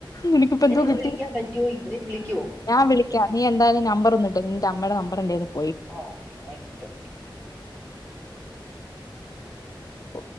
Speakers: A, on the left (about 45°); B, on the right (about 30°).
A: നിനക്കിപ്പ
B: നിനക്ക്
A: എന്തോ കിട്ടി.
B: വിളിക്കാൻ പറ്റുവോ ഇവര് വിളിക്കുവോ
A: ഞാൻ വിളിക്ക നീ എന്തായാലും നമ്പർ ഒന്നിട് നിന്റെ അമ്മയുടെ ന വടെണ്ടേയ്ന്
B: <unintelligible> ട്ടൊക്കെ
A: ഓ